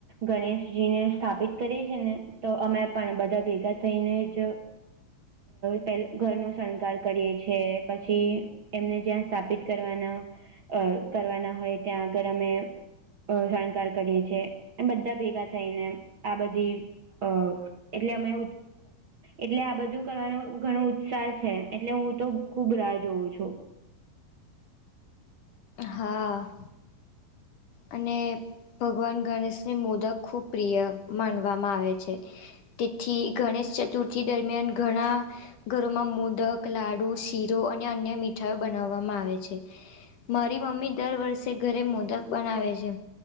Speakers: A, on the right; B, on the left.
A: ગણેશજીને સ્થાપિત કરીએ છી ને તો અમે પણ બધા ભેગા થઈને જ પે ઘરનો શણગાર કરીએ છે પછી. એમને જ્યાં સ્થાપિત કરવાના અ કરવાના હોય ત્યાં આગર અમે અ શણકાર કરીએ છેએ બધા ભેગા થઈને આ બધી અ એટલે અમે. એટલે આ બધું કરવાનો ઘણો ઉત્સાહ છે એટલે હું તો ખુબ રાહ જોઉં છું.
B: હા. અને ભગવાન ગણેશની મોદક ખૂબ પ્રિય માનવામાં આવે છે. તેથી ગણેશ ચતુર્થી દરમિયાન ઘણા ઘરોમાં મોદક લાડુ શીરો અને અન્ય મીઠાાઈ બનાવવામાં આવે છે. મારી મમ્મી દર વર્ષે ઘરે મોદક બનાવે છે.